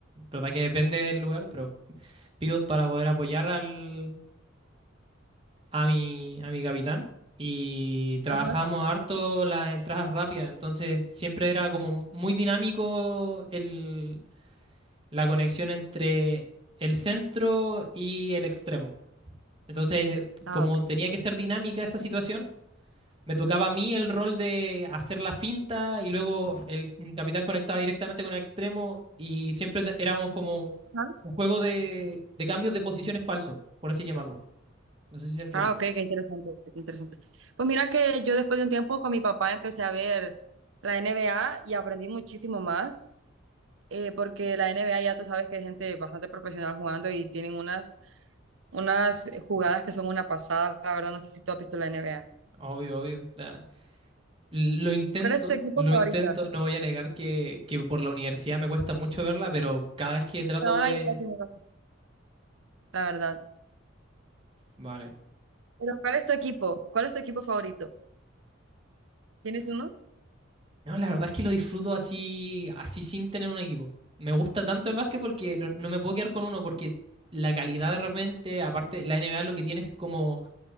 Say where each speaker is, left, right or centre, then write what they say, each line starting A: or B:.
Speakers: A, on the right; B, on the right.
A: verdad que depende del lugar, pero pivot para poder apoyar al, a mi, a mi capitán. Y trabajamos
B: Ajá,
A: harto las entradas rápidas, entonces siempre era como muy dinámico el, la conexión entre el centro y el extremo. Entonces,
B: Ah,
A: como
B: ok.
A: tenía que ser dinámica esa situación, me tocaba a mí el rol de hacer la finta y luego el capitán conectaba directamente con el extremo y siempre te- éramos como
B: ajá.
A: un juego de, de cambios de posiciones falsos, por así llamarlo. No sé si se entiende.
B: Ah, ok, qué interesante, qué interesante. Pues mira que yo después de un tiempo con mi papá empecé a ver la N B A y aprendí muchísimo más, eh, porque la N B A ya tú sabes que hay gente bastante profesional jugando y tienen unas, unas jugadas que son una pasada, la verdad no sé si tú has visto la N B A
A: Obvio, obvio. Ya. Lo intento,
B: ¿Cuál es tu equipo
A: lo
B: favorito?
A: intento. No voy a negar que, que por la universidad me cuesta mucho verla, pero cada vez que trato
B: Ahora
A: de...
B: ya casi no lo veo, la verdad.
A: Vale.
B: Pero ¿cuál es tu equipo? ¿Cuál es tu equipo favorito? ¿Tienes uno?
A: No, la verdad es que lo disfruto así, así sin tener un equipo. Me gusta tanto el básquet porque no, no me puedo quedar con uno, porque la calidad de repente, aparte, la NBA lo que tiene es como